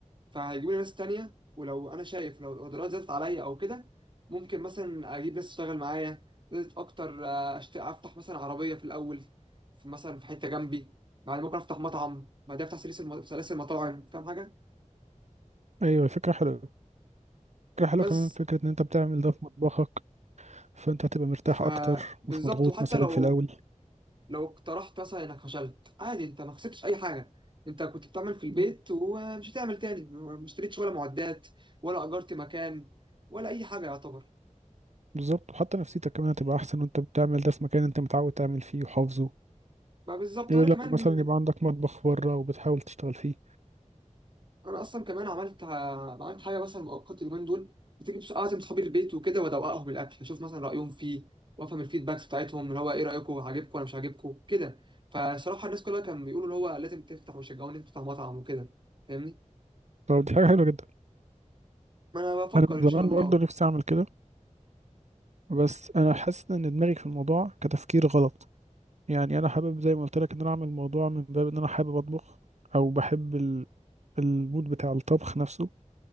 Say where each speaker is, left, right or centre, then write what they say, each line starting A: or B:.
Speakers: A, on the right (about 40°); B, on the right (about 60°).
A: فهيجيبوا لي ناس تانية ولو أنا شايف لو الأوردرات زادت عليا أو كده ممكن مثلا أجيب ناس تشتغل معايا زادت أكتر آه، أشت- أفتح مثلا عربية في الأول في مثلا في حتة جنبي بعد ممكن أفتح مطعم بعد أفتح سلاسل م- سلاسل مطاعم فاهم حاجة
B: ايوه فكرة حلوة فكرة حلوة
A: بس
B: كمان فكرة ان انت بتعمل ده في مطبخك فانت هتبقى مرتاح
A: فبالظبط
B: اكتر مش مضغوط
A: وحتى
B: مثلا
A: لو
B: في الاول
A: لو اقترحت مثلا إنك فشلت عادي أنت ما خسرتش أي حاجة أنت كنت بتعمل في البيت
B: مم.
A: ومش هتعمل تاني ما اشتريتش ولا معدات ولا أجرت مكان ولا أي حاجة يعتبر
B: بالظبط وحتى نفسيتك كمان هتبقى احسن وانت بتعمل ده في مكان انت متعود تعمل فيه وحافظه
A: ما بالظبط
B: غير
A: وانا
B: لما
A: كمان
B: مثلا يبقى عندك مطبخ بره وبتحاول تشتغل فيه
A: انا اصلا كمان عملت عملت حاجه مثلا مؤقت اليومين دول بتيجي بس- اعزم صحابي البيت وكده وادوقهم الاكل اشوف مثلا رايهم فيه وافهم الفيدباكس بتاعتهم اللي هو ايه رايكم عاجبكم ولا مش عاجبكم كده فصراحه الناس كلها كانوا بيقولوا اللي هو لازم تفتح ويشجعوني تفتح مطعم وكده فاهمني
B: طب دي حاجة حلوة جدا
A: ما انا بفكر
B: أنا من
A: ان
B: زمان
A: شاء الله
B: برضه نفسي أعمل كده بس أنا حاسس إن دماغي في الموضوع كتفكير غلط يعني أنا حابب زي ما قلت لك إن أنا أعمل الموضوع من باب إن أنا حابب أطبخ أو بحب ال- المود بتاع الطبخ نفسه